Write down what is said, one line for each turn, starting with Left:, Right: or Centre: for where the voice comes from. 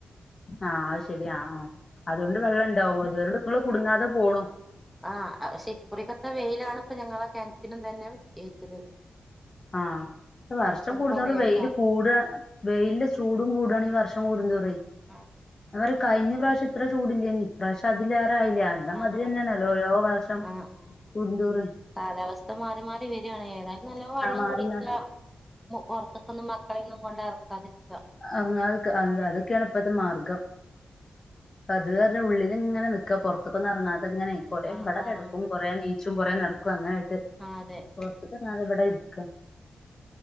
Left: ആഹ് അത് ശരിയാ ആഹ് അതുകൊണ്ട് വെള്ളം ഇണ്ടാവും അവരുടെക്കൾ കുടുങ്ങാതെ പോണു
Centre: ആഹ ശെക്കുറിക്കത്തെ വെയിലാണ് ഇപ്പ ഞങ്ങള കിണറ്റിനും തന്നെ എറ്റാത്
Left: ആഹ വർഷം കൂടുന്നവര്
Centre: കൊറയാൻ
Left: വെൽ
Centre: കാരണം
Left: കൂട വെയിലന്റെ ചൂടും കൂടാണ് ഈ വർഷം കൂടന്തോറ
Centre: അതെ
Left: അവരെ കഴിഞ്ഞ പ്രാവശ്യം ഇത്ര ചൂടില്ലന പ്രാവശ്യം അതിലേറൊയില്ലേ അത
Centre: ആഹ്
Left: അതി തന്നെയാണല്ലോ ഓരോ വർഷം
Centre: ആഹ് ആഹ്
Left: കടുന്തൂറ്
Centre: കാലാവസ്ഥ മാറി മാറി വരിവാണെങ്കിൽ ഏതാലും നല്ല വെള്ളം
Left: മാറി
Centre: കുടിക്കറത്ത് ഇതൊക്കൊന്നും മക്കളെയന്നും കൊണ്ട് ഇറക്കാതിരിക്കുക
Left: ഇറങ്ങാതെ അതൊക്കെയാണ് ഇപ്പഴത്തെ മാർഗം അ അത് ഉള്ളിൽ ഇങ്ങനെ നിക്ക പുറത്തൊക്കൊന്നും ഇറങ്ങാതെങ്ങനെ കൊറെേ
Centre: ആഹ്
Left: വടകിടക്കും
Centre: ആഹ്
Left: കൊറേ നീച്ചും കൊറേ നടക്കും അങ്ങനൊയിട്ട്
Centre: ആഹ്‌ അതെ
Left: പുറത്തക്കണതെവിടെ ഇരിക്കാം